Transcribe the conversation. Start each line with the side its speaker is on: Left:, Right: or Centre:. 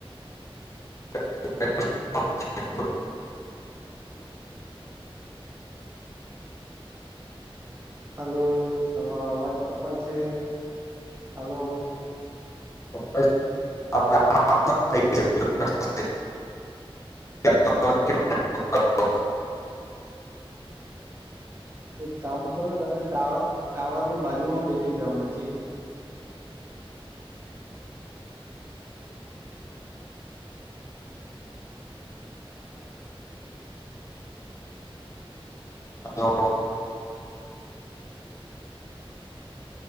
Left: <inaudible>
Right: હાલો તમારો અવાજ કપાય છે હાલો
Left: <inaudible> <inaudible>
Right: એક કામ કરો તમે ટાવર ટાવરની બાજુમાં બેસી જાવ નજીક.
Left: <inaudible>